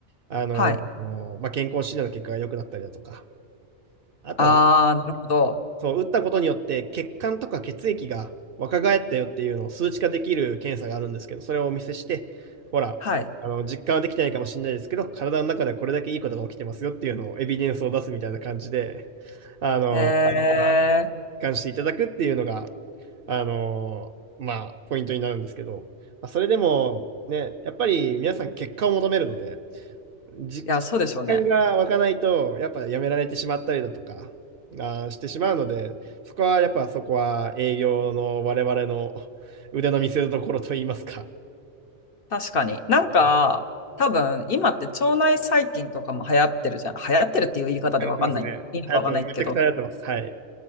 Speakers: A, on the right; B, on the left.
A: あの、
B: はい。
A: まあ、健康診断の結果が良くなったりだとか、あとは、
B: あー、なるほど。
A: そう、打ったことによって血管とか血液が若返ったよっていうのを数値化できる検査があるんですけど、それをお見せして、ほら、
B: はい。
A: あの、実感はできてないかもしれないですけど、体の中ではこれだけいいことが起きてますよっていうのをエビデンスを出すみたいな感じで、あの、
B: へえ。
A: 願していただくっていうのが、あのーまあ、ポイントになるんですけど、まあ、それでも、ね、やっぱり皆さん結果を求めるので、じ実感が湧かないと、
B: いや、そうでしょうね。
A: やっぱやめられてしまったりだとか、あーしてしまうので、そこはやっぱそこは営業の我々の腕の見せ所といいますか。
B: 確かに。なんか、
A: はい
B: 多分、今って腸内細菌とかも流行ってるじゃん。流行ってるっていう言い方でわかんない。
A: 流行ってますね。
B: いいのかわかんないけど。
A: 流行ってます。めちゃくちゃ流行ってます。はい。